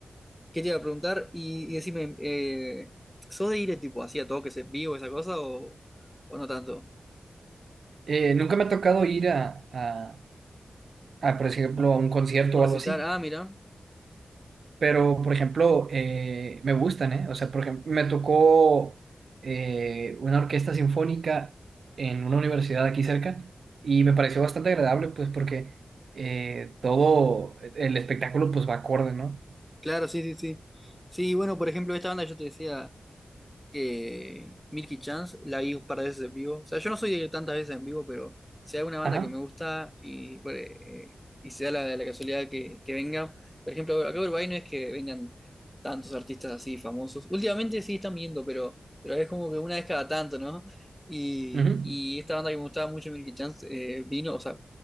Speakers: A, in the centre; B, on the right.
A: ¿Qué te iba a preguntar? Y, y decime, eh, ¿sos de ir eh, tipo así a toques en vivo, esa cosa, o, o no tanto?
B: Eh, nunca me ha tocado ir a, a, a, por ejemplo, a un concierto
A: Un
B: o
A: recital,
B: algo así.
A: ah, mira,
B: Pero, por ejemplo, eh, me gustan, ¿eh? O sea, por ejemplo, me tocó eh, una orquesta sinfónica en una universidad aquí cerca y me pareció bastante agradable, pues, porque eh, todo el espectáculo, pues, va acorde, ¿no?
A: Claro, sí, sí, sí. Sí, bueno, por ejemplo, esta banda yo te decía, que Milky Chance la vi un par de veces en vivo. O sea, yo no soy de ir tantas veces en vivo, pero si hay una banda
B: Ajá,
A: que me gusta y, pues, eh, y se da la, la casualidad que, que venga. Por ejemplo, acá en Uruguay no es que vengan tantos artistas así famosos. Últimamente sí están viendo, pero, pero es como que una vez cada tanto, ¿no? Y,
B: ujú,
A: y esta banda que me gustaba mucho, Milky Chance, eh, vino, o sea,